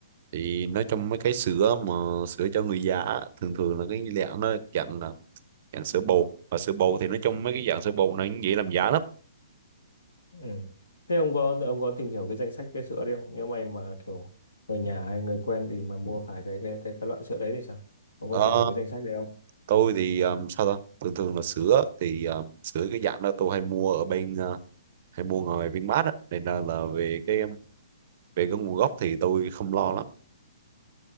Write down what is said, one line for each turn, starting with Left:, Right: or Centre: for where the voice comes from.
Right: thì nói trong mấy cái sữa mà sữa cho người già á, thường thường là cái dạng nó dạng là dạng sữa bột và sữa bột thì nói chung mấy cái dạng sữa bột này cũng dễ làm giả lắm
Left: ừ. thế ông có ông có tìm hiểu cái danh sách cái sữa đấy không nếu mày mà kiểu người nhà hay người quen thì mà mua phải cái cái cái, cái loại sữa đấy thì sao ông
Right: Ờ,
Left: có tìm hiểu cái danh sách đấy không
Right: tôi thì um, sao ta thường thường là sữa thì um, sữa cái dạng đó tôi hay mua ở bên uh, hay mua ngoài Vinmart á nên là, là về cái um, về cái nguồn gốc thì tôi không lo lắm